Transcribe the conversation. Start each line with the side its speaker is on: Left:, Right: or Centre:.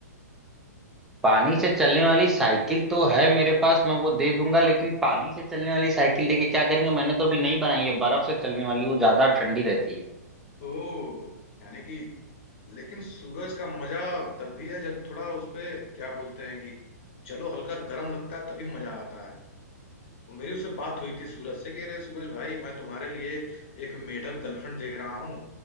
Centre: पानी से चलने वाली साइकिल तो है मेरे पास मैं वो दे दूंगा लेकिन पानी से चलने वाली साइकिल लेके क्या करेंगे मैंने तो अभी नहीं बनाई है बर्फ से चलने वाली वो ज्यादा ठंडी रहती है
Left: ओ यानी कि लेकिन सूरज का मजा तभी है जब थोड़ा उसपे क्या बोलते हैं कि चलो हल्का गर्म लगता है तभी मजा आता है और मेरी उससे बात हुई थी सूरज से कि अरे सूरज भाई मैं तुम्हारे लिए एक मेढक गर्लफ्रेंड देख रहा हूँ